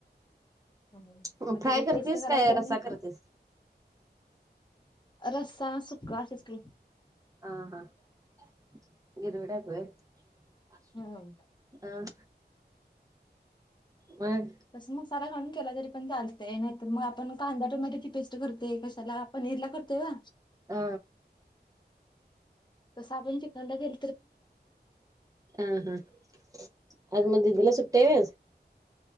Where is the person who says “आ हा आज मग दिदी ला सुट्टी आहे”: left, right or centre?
Right